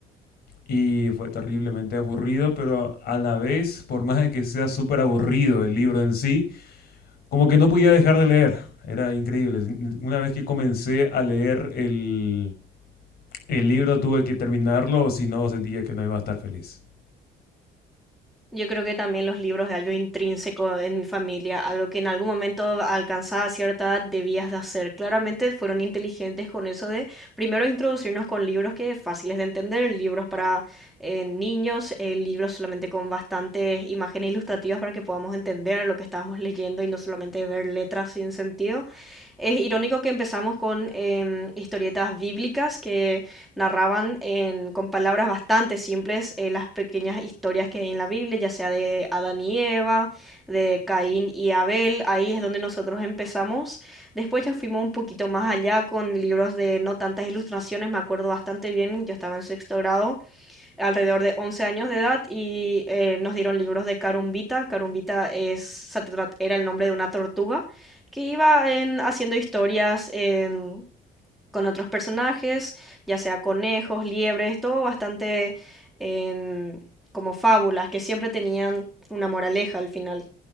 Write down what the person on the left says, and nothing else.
y fue terriblemente aburrido, pero a la vez, por más de que sea súper aburrido el libro en sí, como que no podía dejar de leer. Era increíble. Una vez que comencé a leer el, el libro tuve que terminarlo, o si no, sentía que no iba a estar feliz.